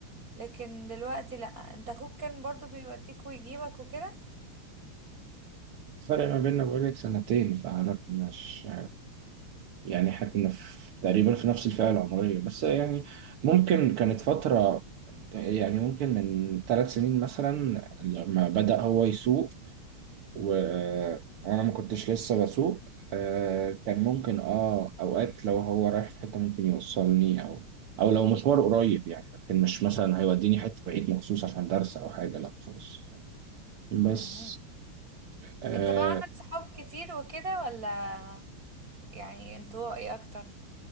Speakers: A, on the right (about 40°); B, on the right (about 75°).
A: لكن دلوقتي لا انت اخوك كان برضو بيوديك ويجيبك وكده
B: الفرق ما بيننا بقولك سنتين فعلا مش يعني احنا كنا في تقريبا في نفس الفئة العمرية بس يعني ممكن كانت فترة يعني ممكن من ثلاث سنين مثلا لما بدأ هو يسوق و- وانا ما كنتش لسه بسوق آه، كان ممكن اه اوقات لو هو رايح في حته ممكن يوصلني او او لو مشوار قريب يعني لكن مش مثلا هيوديني حته بعيد مخصوص عشان درس او حاجه لا خالص بس
A: امم
B: آه
A: انت بقى عندك صحاب كتير وكده ولا يعني انطوائي اكتر